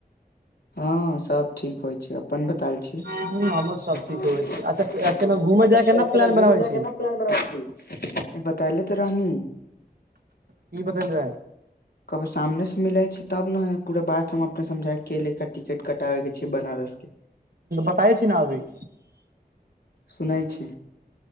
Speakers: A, on the left; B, on the right.
A: हँ सब ठीक होइ छै अपन बताल छी।
B: ह हमरो सब
A: <unintelligible>
B: ठीक होवे छी अच्छा केना घूमे जाय के न प्लान
A: घूमै
B: बनाबै
A: जाइ
B: छी
A: के न प्लान बनैले छी बताले ते रहनी।
B: की बतल रहै
A: कभी सामने से मिलै छै तब ने पूरा बात हम अपने समझायके एले खैर टिकट कटाबेके छै बनारस के
B: बताय छी ने अभी
A: सुनैय छी